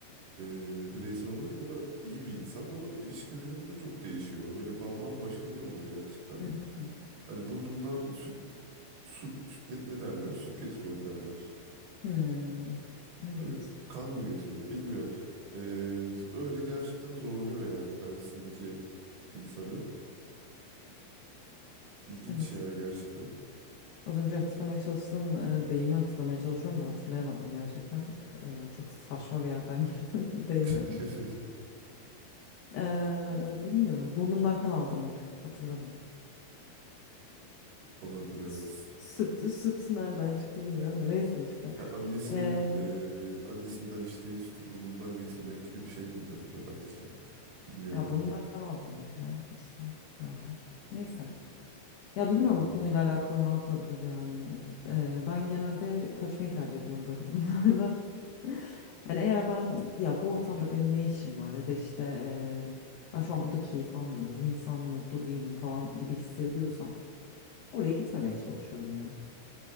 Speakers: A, on the right (about 75°); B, on the left (about 75°).
A: e, bireysel olarak o da iyi bir insan ama ilişkilerinde çok değişiyor. Böyle ba- bambaşka biri oluyor gerçekten.
B: Hı hı hı.
A: Hani burnundan süt, su, süt- ne, ne derler? Süt getiriyor mu derler?
B: Hmm. Evet.
A: Ö- kan mı getiriyor? Bilmiyorum. E, öyle gerçekten zorluyor yani karşısındaki insanı. İlginç
B: Evet.
A: yani gerçekten.
B: Az önce hatırlamaya çalıştığın e, deyimi hatırlamaya çalışıyorum da hatırlayamadım gerçekten. E, çok saçma bir yerden <laughs> girdim deyime.
A: <laughs>
B: Ee, bilmiyorum. Burnundan kan aldırmak. Hatırladım.
A: Olabilir evet.
B: S- Süt, süt nereden çıktı bilmiyorum da neyse işte.
A: Ha, annesinin
B: Ee,
A: eee, annesinden içtiği sütü burnundan getirmek gibi bir şey miydi acaba belki de. Bilmiyorum.
B: ya burnundan kan aldırmak ya işte galiba. Neyse. Ya
A: Bilmiyorum.
B: bilmiyorum bu konuyla alakalı ne yapılabilir yani. Ee, ben genelde kaçmayı tercih ediyorum böyle durumlarda. <laughs> Yani eğer ben ya bu ortamda benim ne işim var ya da işte ee, ben şu an burada keyif almıyorum. Bu insanla mutlu değilim falan gibi hissediyorsam oraya gitmemeye çalışıyorum ya.